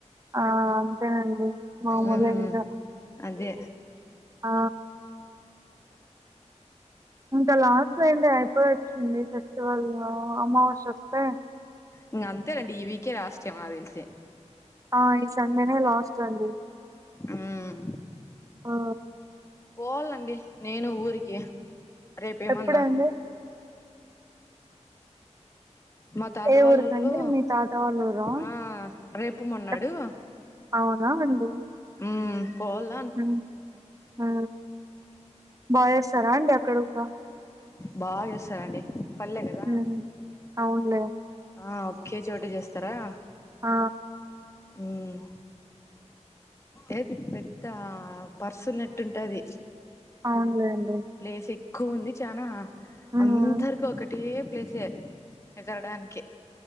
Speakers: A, on the right; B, on the left.
A: ఆ అంతేనండి మామూలే
B: మ్మ్
A: ఇంకా
B: అదే
A: ఆ ఇంకా లాస్ట్ ఏంది అయిపోయచ్చింది ఫెస్టివల్ అమావాస్య వస్తే
B: ఇంగ అంతే లెండి ఈ వీకే లాస్టేమో నాక్ తెలిసి
A: ఆ ఈ సండేనే లాస్ట్ అండి
B: ఉమ్
A: ఆ!
B: పోవాలండి నేను ఊరికి రేపేమన్నా
A: ఎప్పుడండి?
B: మత్ తాతవాళ్ళూర్లో
A: ఏ ఊరికండి? మీ తాత వాళ్ళ ఊరా?
B: ఆ రేపు మొన్నాడు
A: ఎప్ అవునా అండి
B: హ్మ్ పొవాలా
A: హ్మ్ హా బా చేస్తారా అండి అక్కడ కూడా
B: బా చేస్తారండి పల్లె కదా
A: హ్మ్ అవునులే
B: ఆ ఒక్కెచోట చేస్తారా
A: ఆ
B: హ్మ్ ఏది పెద్ద పర్సు ఉన్నట్టు ఉంటది
A: అవున్లెండి
B: ప్లేస్ ఎక్కువ ఉంది చానా
A: హ్మ్.
B: అందరికి ఒకటే ప్లేసే ఎగరడానికె